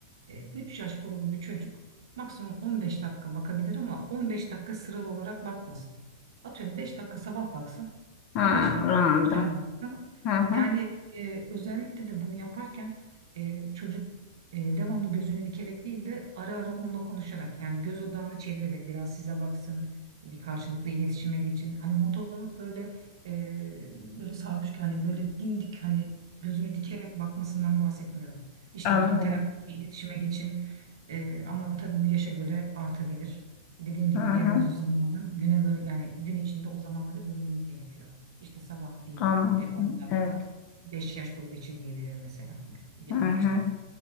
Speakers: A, on the right (about 80°); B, on the left (about 40°).
A: e, 3 yaş grubu bir çocuk maksimum 15 dakika bakabilir ama 15 dakika sıralı olarak bakmasın. Atıyorum 5 dakika sabah baksın,
B: Hı, anladım.
A: bir 5 dakika akşam baksın.
B: Hı hı.
A: Yani e, özellikle de bunu yaparken e, çocuk e, devamlı gözünü dikerek değil de ara ara onunla konuşarak yani göz odağını çevirerek biraz size baksın, bir karşılıklı iletişime geçin. Hani motomot böyle ee, böyle sarhoş ki hani böyle dimdik hani gözünü dikerek bakmasından bahsetmiyorum. İşte
B: Anlıyorum.
A: bir interaktif bir iletişime geçin. Ee, ama tabii bu yaşa göre artabilir. Dediğim gibi
B: Hı hı.
A: gene bu zamanı güne böl yani gün içinde o zamanları bölmeniz gerekiyor. İşte sabah bir
B: Anladım.
A: e, 10 dakika
B: Evet.
A: 5 yaş grubu için diyebilirim mesela. Bir
B: Hı
A: 15
B: hı.
A: dakika